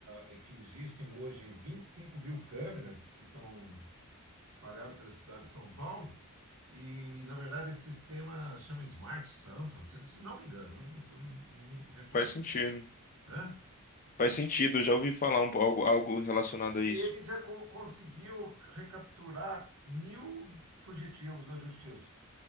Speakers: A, on the right; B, on the left.
A: é que existem hoje 25 mil câmeras que estão espalhadas pela cidade de São Paulo. E, na verdade, esse sistema chama Smart Sampa, se se não me engano, eu não, eu não- não me recordo.
B: Faz sentido.
A: Hã?
B: Faz sentido, eu já ouvi falar um, po- algo, algo relacionado a
A: E
B: isso.
A: ele já co- conseguiu recapturar mil fugitivos da justiça.